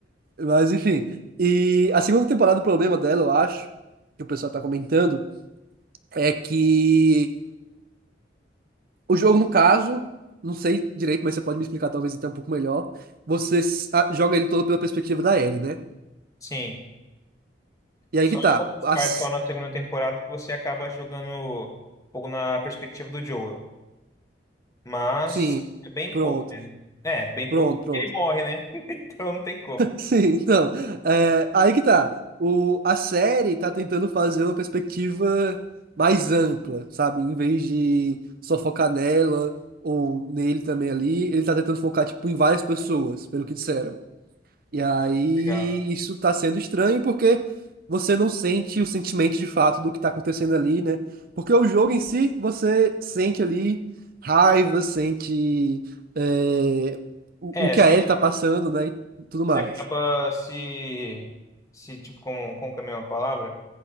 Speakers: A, on the right; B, on the left.
A: Mas enfim. E a segunda temporada, o problema dela, eu acho, que o pessoal tá comentando, é que o jogo, no caso, não sei direito, mas você pode me explicar talvez até um pouco melhor. Você s- a- joga ele todo pela perspectiva da Ellie, né?
B: Sim.
A: E aí
B: Só
A: que tá.
B: algumas
A: As...
B: partes só na segunda temporada que você acaba jogando um pouco na perspectiva do Joel. Mas
A: Sim,
B: é bem
A: pronto,
B: pouco mesmo. É, bem
A: pronto,
B: pouco porque
A: pronto.
B: ele morre, né? <laughs> Então não tem como.
A: Sim, então, é, aí que tá. O, a série tá tentando fazer uma perspectiva mais ampla, sabe? Em vez de só focar nela ou nele também ali, ele tá tentando focar, tipo, em várias pessoas, pelo que disseram. E aí
B: Legal.
A: isso tá sendo estranho porque você não sente o sentimento de fato do que tá acontecendo ali, né? Porque o jogo em si, você sente ali raiva, sente é, o,
B: É,
A: o que
B: se
A: a Ellie tá passando, né? E tudo mais.
B: Você acaba se, se tipo, como, como que é a mesma palavra?